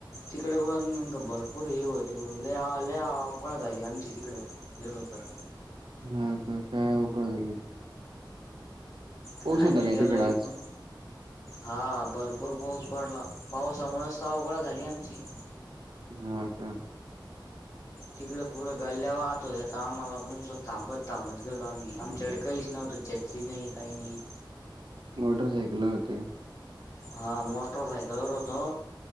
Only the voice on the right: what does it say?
हा का काय आकळ झाली?
पाऊस
होता काय
तिकड आज
हा का
मोटरसायकल ला होते.